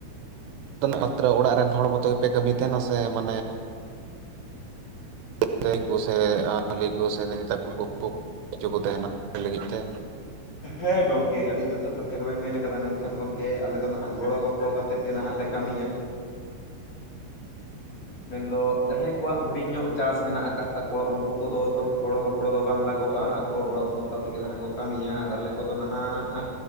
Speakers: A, on the right; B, on the left.
A: ᱢᱟᱛᱨᱚ ᱚᱲᱟᱜ ᱨᱮᱱ ᱦᱚᱲ ᱢᱚᱛᱚ ᱜᱮᱯᱮ ᱠᱟᱹᱢᱤ ᱛᱟᱦᱮᱱᱟ ᱥᱮ ᱢᱟᱱᱮ ᱫᱟᱹᱭ ᱠᱚ ᱥᱮ ᱟᱹᱞᱤ ᱠᱚ ᱥᱮ ᱫᱤᱫᱤ ᱛᱟᱠᱚ ᱠᱚ ᱦᱚᱪᱚ ᱠᱚ ᱛᱟᱦᱮᱱᱟ ᱞᱟᱹᱜᱤᱫ ᱛᱮ
B: ᱦᱮᱸ ᱜᱚᱝᱠᱮ ᱟᱹᱰᱤ ᱡᱚᱛᱷᱟᱛ ᱠᱟᱛᱷᱟ ᱜᱮᱵᱮᱱ ᱢᱮᱱ ᱠᱟᱫᱟ ᱢᱮᱱᱠᱷᱟᱱ ᱜᱚᱢᱠᱮ ᱟᱞᱮ ᱫᱚ ᱟᱫᱚ ᱱᱟᱦᱟᱜ ᱜᱚᱲᱚ ᱜᱚᱯᱚᱲᱚ ᱠᱟᱛᱮᱫ ᱜᱮ ᱱᱟᱦᱟᱜ ᱞᱮ ᱠᱟᱹᱢᱤᱭᱟ ᱢᱮᱱᱫᱚ ᱡᱟᱦᱟᱸᱭ ᱠᱚᱣᱟᱜ ᱦᱩᱰᱤᱧ ᱧᱚᱜ ᱪᱟᱥ ᱢᱮᱱᱟᱜ ᱟᱠᱟᱫ ᱛᱟᱠᱚᱣᱟ ᱩᱱᱠᱩ ᱠᱚᱫᱚ ᱜᱚᱲᱚ ᱜᱚᱯᱚ ᱜᱚᱲᱚ ᱫᱚ ᱵᱟᱝ ᱞᱟᱜᱚᱜᱼᱟ ᱟᱠᱚ ᱚᱲᱚᱜ ᱢᱚᱛᱟ ᱛᱮᱜᱮ ᱱᱟᱦᱟᱜ ᱠᱚ ᱠᱟᱹᱢᱤᱭᱟ ᱟᱨ ᱟᱞᱮ ᱠᱚᱫᱚ ᱱᱟᱦᱟᱜ